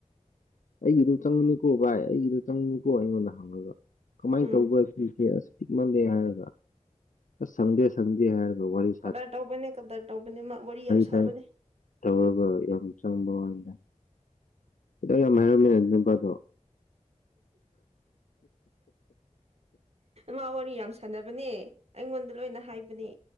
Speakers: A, on the left; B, on the right.
A: ꯑꯩꯒꯤꯗꯤ ꯆꯪꯉꯅꯤꯀꯣ ꯚꯥꯏ ꯑꯩꯒꯤꯗꯨ ꯆꯪꯅꯤꯀꯣ ꯑꯩꯉꯣꯟꯗ ꯍꯪꯉꯒ ꯀꯃꯥꯏꯅ
B: ꯎꯝ
A: ꯇꯧꯕ ꯄꯔꯤꯄ‌ꯦꯁ ꯄꯤꯛꯃꯜꯂ‌ꯣ ꯍꯥꯏꯔꯒ ꯁꯪꯗꯦ ꯁꯪꯗꯦ ꯍꯥꯏꯔ ꯋꯥꯔꯤ
B: ꯀꯗꯔ ꯇꯧꯕꯅꯦ ꯀꯗꯔ ꯇꯧꯕꯅꯦ ꯃꯥ ꯋꯥꯔꯤ ꯌꯥꯝ ꯁꯥꯕꯅꯦ
A: ꯇ <unintelligible> ꯇꯧꯒ ꯌꯥꯝ ꯆꯪꯕ ꯋꯅꯤꯗ ꯌꯥꯝ ꯍꯥꯏꯔꯝꯃ‌ꯦ ꯅꯨꯄꯥꯗꯣ
B: ꯃꯥꯥ ꯋꯥꯔꯤ ꯌꯥꯝ ꯁꯥꯟꯅꯕꯅꯦ ꯑꯩꯉꯣꯟꯗ ꯂꯣꯏꯅ ꯍꯥꯏꯕꯅꯦ